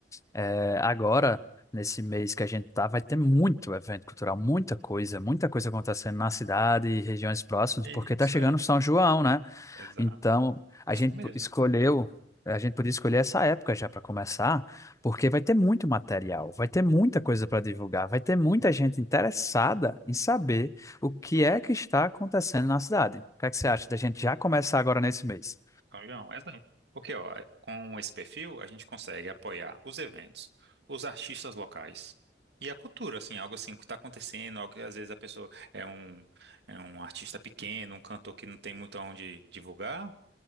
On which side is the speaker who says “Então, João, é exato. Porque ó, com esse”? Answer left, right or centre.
Right